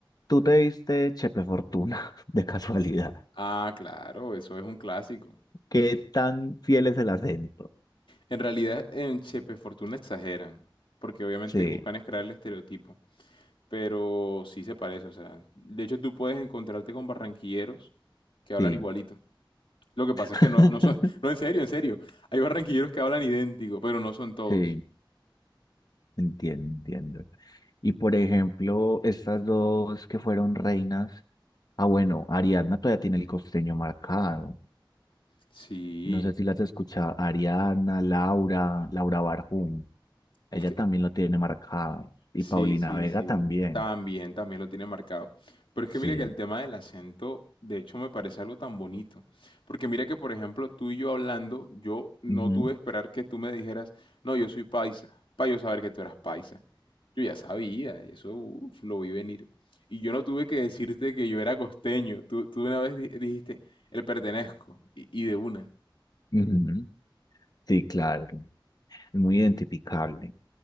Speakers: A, on the left; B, on the left.
A: tú te diste Chepe Fortuna, <laughs> de casualidad.
B: Ah, claro, eso es un clásico.
A: ¿Qué tan fiel es el acento?
B: En realidad, en Chepe Fortuna exageran, porque obviamente
A: Sí,
B: buscan es crear el estereotipo, pero sí se parece, o sea, de hecho tú puedes encontrarte con barranquilleros que hablan
A: sí,
B: igualito. Lo que pasa
A: <laughs>
B: es que no, no son, <laughs> no, en serio, en serio, hay barranquilleros que hablan idéntico, pero no son todos.
A: sí, entiendo, entiendo. Y por ejemplo, estas dos que fueron reinas, ah, bueno, Ariadna todavía tiene el costeño marcado.
B: Sí,
A: No sé si las escucha Ariadna, Laura, Laura Barjum, ella
B: es que
A: también lo tiene marcado. Y
B: Sí,
A: Paulina
B: sí,
A: Vega
B: sí.
A: también.
B: También, también lo tiene marcado. Pero es que mire
A: Sí.
B: que el tema del acento, de hecho, me parece algo tan bonito. Porque mira que, por ejemplo, tú y yo hablando, yo no
A: ujú,
B: tuve que esperar que tú me dijeras, no, yo soy paisa, para yo saber que tú eras paisa. Yo ya sabía, y eso uf, lo vi venir. Y yo no tuve que decirte que yo era costeño. Tú, tú una vez di- dijiste, el pertenezco, y, y de una.
A: ujú, Sí, claro. Es muy identificable.